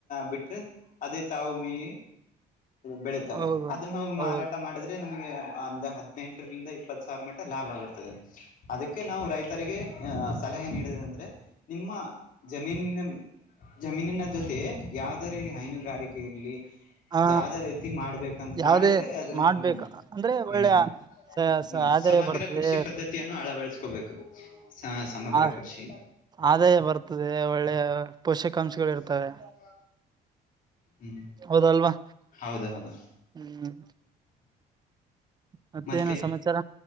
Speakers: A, on the left; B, on the right.
A: ಬಿಟ್ರೆ ಅದೇ ತಾವು ಮೀ ಬೆಳತವೆ
B: ಹೌದು
A: ಅದನ್ನ ಹೋಗಿ
B: ಹೌದು
A: ಮಾರಾಟ ಮಾಡಿದ್ರೆ. ಅದೇ ನಮಗೆ ಅಂದ ಹದ್ನೆಂಟರಿಂದ ಇಪ್ಪತ್ ಸಾವಿರ ಮೆಟ್ಟ ಲಾಭ ಆಗಿರ್ತದೆ. ಅದಕ್ಕೆ ನಾವು ರೈತರಿಗೆ ಆ... ಸಲಹೆ ನೀಡದ ಅಂದ್ರೆ ನಿಮ್ಮ ಜಮೀನ. ಜಮೀನಿನ ಜೊತೆ ಯಾವ್ದಾರಲ್ಲಿ ಹೈನುಗಾರಿಕೆ ಇರ್ಲಿ.
B: ಹಾ
A: ಯಾವ್ದ ರೀತಿ ಮಾಡ್ಬೇಕಂತ
B: ಯಾವದೇ
A: ಮಾಡಿದ್ರೆ ಅದನ್ನು
B: ಮಾಡ್ಬೇಕು
A: ಹ್ಮ್
B: ಅಂದ್ರೆ
A: ಹ್ಮ್.
B: ಒಳ್ಳೆ ಸ ಸ
A: ಹ್ಮ್
B: ಆದಾಯ
A: ಸಮಗ್ರ
B: ಬರ್ತದೆ
A: ಕೃಷಿ ಪದ್ಧತಿಯನ್ನು ಅಳವಡಿಸಕೋಬೇಕು ಹಾ... ಸಮಗ್ರ
B: ಆ
A: ಕೃಷಿ.
B: ಆದಾಯ ಬರ್ತದೆ ಒಳ್ಳೆ. ಪೋಷಕಾಂಶಗಳು
A: ಮತ್ತೆಮ್ಮ
B: ಇರ್ತವೆ
A: ಹ್ಮ್.
B: ಹೌದಲ್ವಾ.
A: ಹೌದ ಹೌದು.
B: ಹ್ಮ್ ಮತ್ತೇನು
A: ಮತ್ತೆ
B: ಸಮಾಚಾರ